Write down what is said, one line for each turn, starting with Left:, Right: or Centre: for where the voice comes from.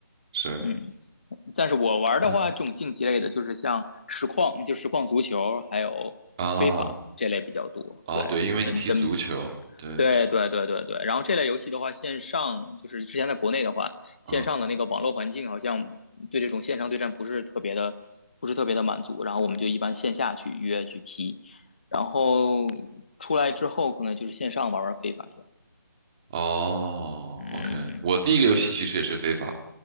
Right: 是，
Left: 嗯，但是我玩的话，
Right: 嗯
Left: 这种竞技类的，就是像实况，就实况足球，还有非法这类比较多。
Right: 啊，哦，
Left: 对，
Right: 对，因为你踢足球，
Left: 跟跟
Right: 对，
Left: 对对对对对，
Right: 是。
Left: 然后这类游戏的话，线上就是之前在国内的话，线上的那个网络环境好像对这种线上对战不是特别的，
Right: 啊
Left: 不是特别的满足，然后我们就一般线下去约去踢，然后出来之后可能就是线上玩玩非法这样，
Right: 哦，OK，
Left: 嗯
Right: 我第一个游戏其实也是非法，